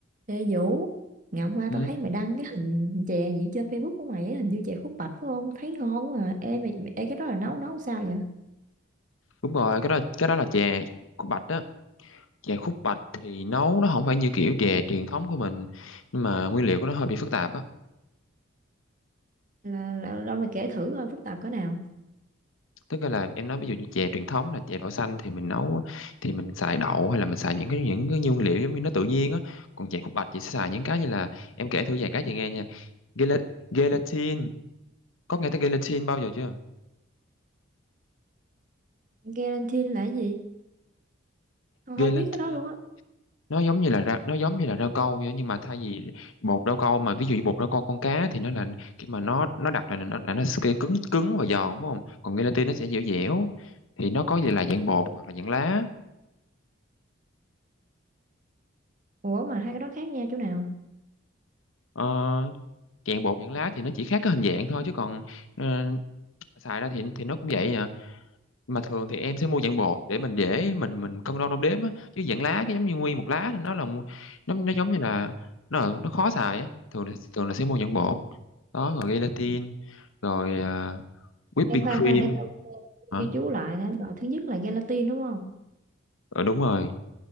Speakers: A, on the right; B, on the left.
A: Ê Vũ, ngày hôm qua
B: Ừ,
A: tao thấy mày đăng cái hình chè gì trên Facebook của mày á, hình như chè khúc bạch phải không? Thấy ngon quá à. Ê, mày, mày- ê cái đó là nấu nấu sao vậy?
B: đúng rồi cái đó cái đó là chè khúc bạch á chè khúc bạch thì nấu nó không phải như kiểu chè truyền thống của mình nhưng mà nguyên liệu của nó hơi bị phức tạp á
A: Là, là, là mày kể thử coi phức tạp cỡ nào.
B: tức là em nói ví dụ như chè truyền thống là chè đậu xanh thì mình nấu thì mình xài đậu hay là mình xài những cái những cái nguyên liệu giống như nó tự nhiên á còn chè khúc bạch chị sẽ xài những cái như là em kể thử vài cái chị nghe nha Gela- gelatin có nghe tới gelatin bao giờ chưa
A: gelatin là cái gì? Tao
B: gelatin
A: không biết cái đó luôn á.
B: nó giống như là ra, nó giống như là rau câu vậy nhưng mà thay vì bột rau câu mà ví dụ như bột rau câu con cá thì nó là khi mà nó nó đặc là nó là nó sẽ cứng cứng và giòn đúng không còn gelatin nó sẽ dẻo dẻo thì nó có gì là dạng bột hoặc là dạng lá
A: Ủa mà hai cái đó khác nhau chỗ nào?
B: ờ, dạng bột dạng lá thì nó chỉ khác cái hình dạng thôi chứ còn ờ, xài ra thì thì nó cũng vậy à mà thường thì em sẽ mua dạng bột để mình dễ mình mình cân đo đong đếm á chứ dạng lá cái giống như nguyên một lá thì nó là nó nó giống như là nó nó khó xài á thường là thường là sẽ mua dạng bột đó rồi gelatin rồi à, whipping
A: Ê, khoan
B: cream
A: khoan để tao
B: hả
A: ghi chú lại nè. Rồi thứ nhất là gelatin đúng không?
B: ờ, đúng rồi